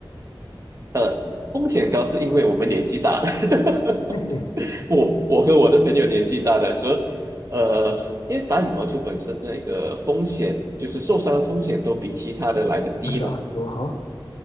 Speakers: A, on the right; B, on the left.
A: 呃，风险高是因为我们年纪大了。<laughs>
B: <laughs> 嘿嘿，
A: 我我和我的朋友年纪大的和呃，因为打羽毛球本身那个风险，就是受伤的风险都比其他的来的低嘛，
B: 我小很多哈。